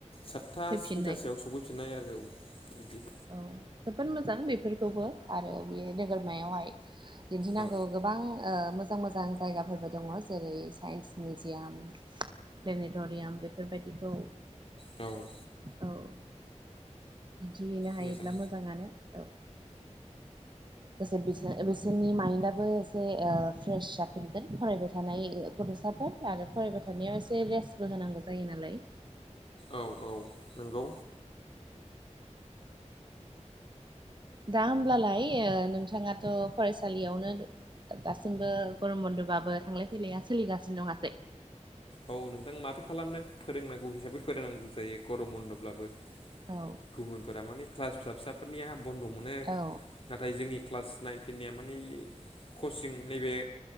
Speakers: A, on the left (about 50°); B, on the right (about 40°).
A: सातथा
B: फैफिननाय
A: सयथासोआव सौफैफिननाय आरो औ बिदि
B: औ जोबोद मोजां बेफोरखौबो आरो बेयो नोगोरमायावहाय दिन्थिनांगौ
A: औ
B: गोबां ओ मोजां मोजां जायगाफोरबो दङ जेरै साइन्स मिउजियाम प्लेनेट'रियाम बेफोरबायदिखौ
A: औ
B: औ दिनथिहैनो हायोब्ला
A: मोजां
B: मोजाङानो औ दसे बिसो-बिसोरनि माइन्दआबो एसे फ्रेस जाफिनगोन फरायबाय थानाय गथ'साफोर आरो फरायबाय थानायाव एसे रेसबो होनांगौ जायो नालाय
A: औ औ नोंगौ
B: दा होमब्लालाय ओ नोंथाङाथ' फरायसालियावनो दासिमबो गरम बन्द'बाबो थांलाय फैलाया सोलिगासिनो नङासै
A: औ नोंथां माथो खालामनो फोरोंनांगौ हिसाबै फोरोंनांगौ जायो गरम बन्द'ब्लाबो
B: औ
A: गुबुनफोरा मानि क्लास फिसा फिसाफोरनिया बन्द' मोनो
B: औ
A: नाथाय जोंनि क्लास नाइन टेननिया मानि कचिं नैबे